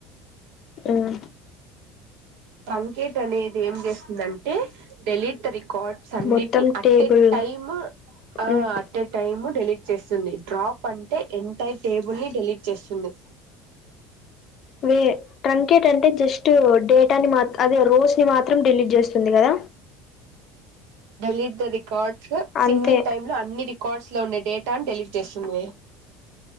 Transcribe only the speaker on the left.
మ్మ్
మొత్తం
టేబుల్
ఉమ్
వే ట్రంకేట్ అంటే జస్ట్ డేటాని మా అదే రోస్ ని మాత్రం డిలీట్ చేస్తుంది కదా
అంతే